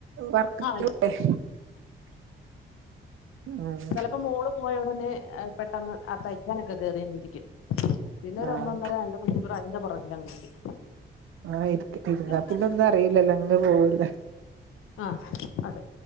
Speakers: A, on the right; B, on the left.
A: വർക്ക് ചെയ്യലും
B: ആ
A: ആയി. ഉം
B: ചെലപ്പം മോള്, പോയ ഉടനെ പെട്ടെന്ന് ആഹ് തയ്ക്കാനൊക്കെ കേറി അങ്ങിരിക്കും. പിന്നെ ഒരു
A: ആഹ്
B: ഒന്നൊന്നര രണ്ട് മണിക്കൂർ അതിന്റെ പുറകിലങ്ങിരിക്കും.
A: ആഹ് ഇരുത് ഇരുന്ന
B: എന്നാ,
A: പിന്നെ ഒന്നും അറീല്ലല്ല അങ്ങ് പോവൂല്ല.
B: ആഹ് അതെ